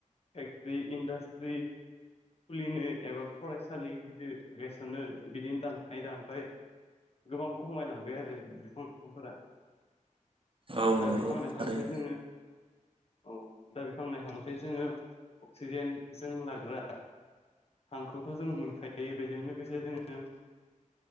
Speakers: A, on the left; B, on the right.
A: फेक्ट्रि इन्डास्ट्रि खुलिनो एबा फरायसालि गिदिर गायसननो बिदिनो दानफायै दानफाय गोबां खमायलांबाय आरो बिखौ बिफांफोरा
B: औ
A: दा
B: नंगौ
A: बिफां नायफांनिफ्राय
B: थारैनो
A: जोङो औ दा बिफां लाइफां ओमफ्राय जोङो अक्सिजेनजों लाग्रा हांखौथ' जों मोनखायो बेजों लोगोसे जोङो